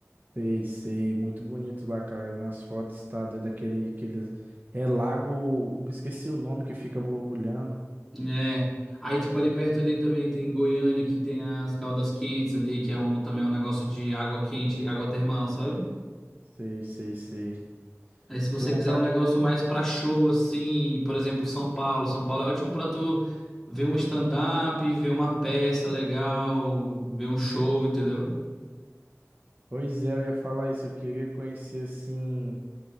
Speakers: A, on the right; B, in the centre.
A: Sei, sei, muito bonito lá, cara. Eu vi umas fotos, tá doido, daquele, aquele, é lago, eu esqueci o nome que fica borbulhando.
B: É. Aí, tipo, ali perto ali também tem Goiânia, que tem as caldas quentes ali, que é um, também é um negócio de água quente, água termal, sabe?
A: Sei, sei, sei.
B: Aí, se
A: Eu
B: você
A: tenho vontade
B: quiser um negócio
A: de...
B: mais pra show, assim, por exemplo, São Paulo. São Paulo é ótimo pra tu ver um stand-up, ver uma peça legal, ver um show, entendeu?
A: Pois é, eu ia falar isso, eu queria conhecer assim,